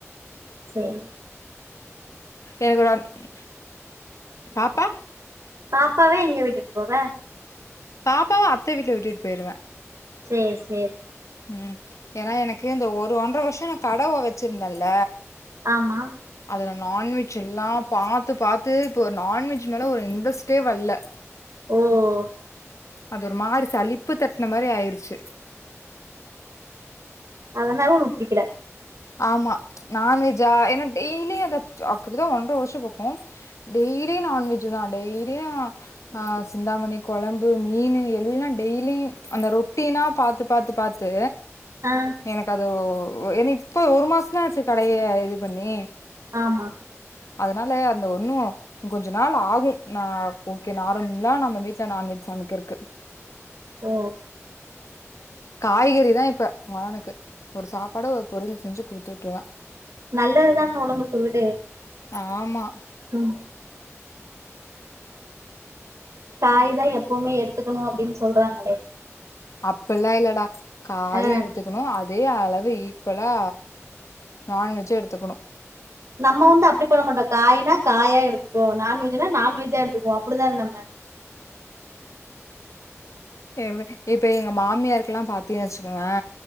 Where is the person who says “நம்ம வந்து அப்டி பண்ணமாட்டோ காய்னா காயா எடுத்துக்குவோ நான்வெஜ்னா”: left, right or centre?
Right